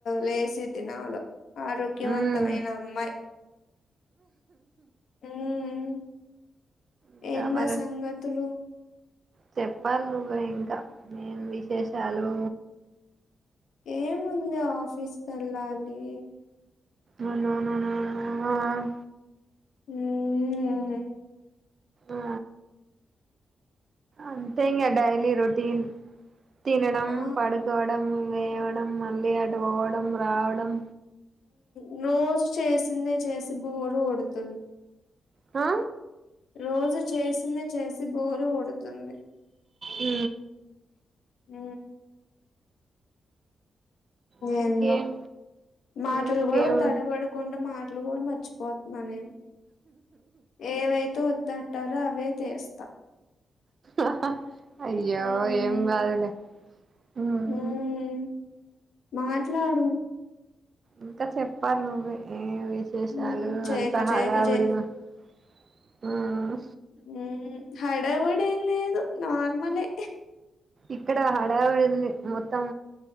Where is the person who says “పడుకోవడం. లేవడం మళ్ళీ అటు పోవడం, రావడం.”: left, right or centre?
Right